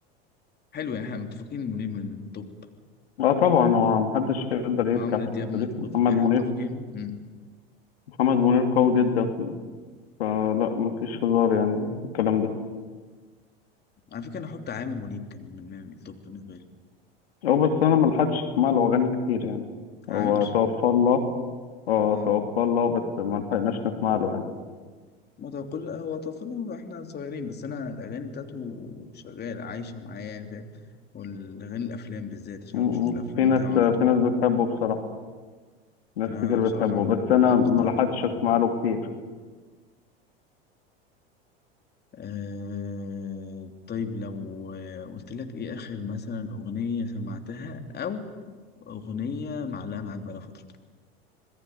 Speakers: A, on the left; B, on the left.
A: حلو يعني احنا متفقين منيب من الطب
B: اه طبعا هو محدش يقدر
A: وعمرو
B: يرجع في
A: دياب
B: الحتة
A: من
B: دي
A: الطب
B: محمد
A: يعني احنا
B: منير
A: متفقين مم.
B: محمد منير قوي جدا فلا مفيش هزار يعني في الكلام ده
A: على فكرة انا احط عامر منيب كان من الطب بالنسبة لي
B: هو بس انا ملحقتش اسمع له اغاني كتير يعني
A: عامر
B: هو توفى الله اه
A: اه
B: توفى الله بس ما لحقناش نسمع له يعني
A: ما هو كل هو طفلنا واحنا صغيرين بس انا الاغاني بتاعته شغالة عايشة معايا يعني فاهم والاغاني الافلام بالذات عشان
B: م-
A: أنا بشوف الافلام
B: م. في ناس
A: بتاعه
B: في
A: على طول
B: ناس بتحبه بصراحة ناس
A: انا
B: كتير
A: بصراحة
B: بتحبه
A: من
B: بس
A: من
B: انا
A: اكتر
B: ما لحقتش
A: ال-
B: اسمع له كتير
A: آه... طيب لو آه، قلت لك ايه اخر مثلا اغنية سمعتها او اغنية معلقة معاك بقالها فترة